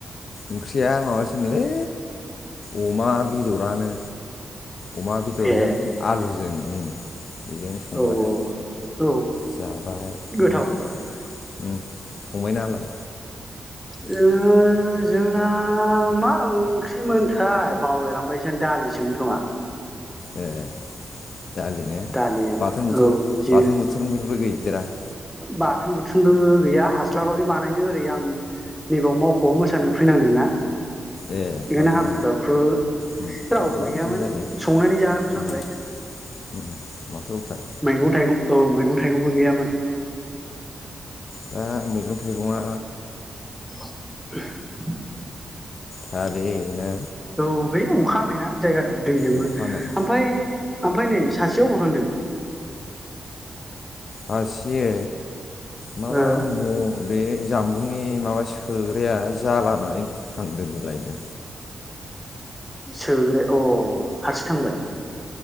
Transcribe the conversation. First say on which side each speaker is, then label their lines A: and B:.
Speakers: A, on the left; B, in the centre.
A: ओंख्रिया माबासोमोनलै अमा बेदरानो। अमा बेदरजों
B: ए
A: आलुजों। उम बेजों संबाय।
B: औ औ औ
A: जाबाय ओमफ्राय
B: गोथाव
A: ओ फंबाय नालाय
B: <unintelligible> ओ मा ओंख्रिमोनथाय बावलायलांबायसो दालिसोमोन खोमा।
A: एह दालिनो
B: दालिया
A: बाथोन बुथन
B: औ जे
A: बाथोन बुथोरफोरबो गैया। बिराद
B: बाथोन बुथोनबो गैया हास्लाबाखै बानायनो ओरै आं नैबेयाव मावख'आव मोसानो फैनांदोंना।
A: ए थाबनो
B: बेखायनो हाखु दाखु
A: उम
B: रावबो
A: माबा
B: गैयामोन
A: बिदिनो जायो
B: संनानै जाबोनांबाय
A: उम उम माथो उफाय
B: मैगं थाइगं। औ मैगं थाइगंबो गैयामोन।
A: दा मैगं थाइगंआ
B: <unintelligible>
A: फारियैनो
B: औ बे अखा हानायना जायगा दै लोमो
A: अखा हानाय
B: ओमफ्राय ओमफ्राय नै सासेया अबाव थांदों।
A: सासे माबा
B: ओ
A: म-बे जामबुंनि माबा सोग्राया जाला होननानै थांदों बे लायनो।
B: सोग्रा अ हारसिं थांबाय।